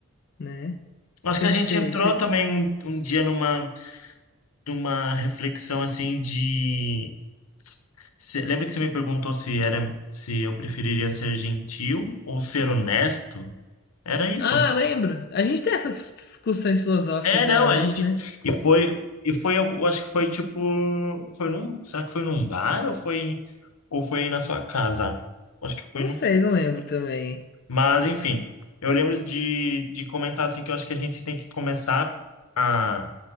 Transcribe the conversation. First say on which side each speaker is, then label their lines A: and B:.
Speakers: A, on the left (about 45°); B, on the left (about 80°).
A: né?
B: Eu Acho
A: Você,
B: que a gente entrou também um, um dia numa, numa reflexão assim de. se- lembra que você me perguntou se era se eu preferiria ser gentil ou ser honesto? Era isso,
A: Ah,
B: né?
A: lembro. A gente tem essas discussões filosóficas
B: É,
A: geralmente,
B: não, a gente.
A: né?
B: E foi, e foi, eu acho que foi tipo. Foi num, será que foi num bar ou foi, ou foi na sua casa? Acho que foi
A: não
B: num.
A: sei, não lembro também.
B: Mas, enfim, eu lembro de, de comentar assim que eu acho que a gente tem que começar a